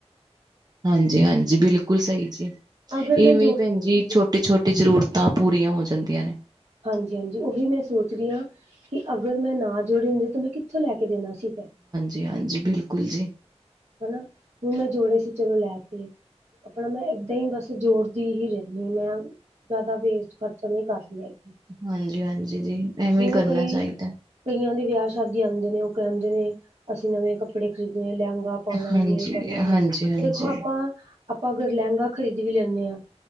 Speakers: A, on the right; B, on the right.
A: ਹਾਂਜੀ ਈ ਹਾਂਜੀ ਈ ਬਿਲਕੁਲ ਸਹੀ ਜੀ
B: ਅਗਰ ਮੈਂ
A: ਇਵੇਂ
B: ਜੋੜ
A: ਭੈਣ ਜੀ ਛੋਟੀ ਛੋਟੀ ਜ਼ਰੂਰਤਾਂ ਪੂਰੀਆਂ ਹੋ ਜਾਂਦੀਆਂ ਨੇ।
B: ਹਾਂਜੀ ਈ ਹਾਂਜੀ ਈ ਉਹੀ ਮੈਂ ਸੋਚ ਰਹੀ ਹਾਂ ਕਿ ਅਗਰ ਮੈਂ ਨਾ ਜੋੜੇ ਹੁੰਦੇ ਤਾਂ ਮੈਂ ਕਿਥੇ ਕਿੱਥੋਂ ਲੈ ਕੇ ਦੇਣਾ ਸੀ ਫਿਰ।
A: ਜੀ ਹਾਂਜੀ ਈ ਬਿਲਕੁਲ ਜੀ।
B: ਹਨਾ ਹੁਣ ਮੈਂ ਜੋੜੇ ਸੀ ਚਲੋ ਲੈ ਤੇ ਆਪਣਾ ਮੈਂ ਏਦਾਂ ਹੀ ਬਸ ਜੋੜਦੀ ਹੀ ਰਹਿ ਨੀ ਆ ਮੈਂ ਜ਼ਿਆਦਾ ਵੇਸਟ। ਖਰਚਾ ਨਹੀਂ ਈ ਕਰਦੀ ਹੈਗੀ।
A: ਹਾਂਜੀ ਈ ਹਾਂਜੀ ਈ ਜੀ। ਐਵੇਂ
B: ਓਨੂੰ
A: ਹੀ ਕਰਨਾ
B: ਕਈ
A: ਚਾਹੀਦਾ।
B: ਕਈਆਂ ਦੇ ਵਿਆਹ ਸ਼ਾਦੀ ਆਦੇ ਨੇ ਉਹ ਕਹਿੰਦੇ ਨੇ ਅਸੀਂ ਨਵੇਂ ਕੱਪੜੇ ਖਰੀਦਣੇੱ ਲਹਿੰਗਾ ਪਾਉਣਾ
A: ਹਾਂਜੀ-ਹਾਂਜੀ-ਹਾਂਜੀ।
B: ਯੇ ਕਰਨਾ ਵੋ ਦੇਖੋ ਆਪਾਂ ਆਪਾਂ ਅਗਰ ਲਹਿੰਗਾ ਖਰੀਦ ਵੀ ਲੈਂਣੇ ਆ।